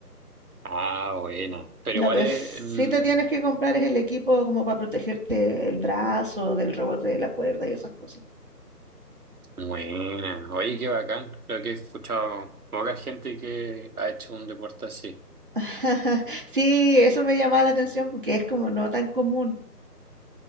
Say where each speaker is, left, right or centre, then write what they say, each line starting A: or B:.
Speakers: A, on the right (about 60°); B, on the right (about 30°).
A: Ah, buena. Pero
B: Lo
A: igual
B: que
A: es,
B: sí
A: mm,
B: te tienes que comprar es el equipo como para protegerte el brazo del rebote de la cuerda y esas cosas.
A: buena. Oye, qué bacán. Creo que he escuchado poca gente que ha hecho un deporte así.
B: <laughs> Sí, eso me llamaba la atención porque es como no tan común.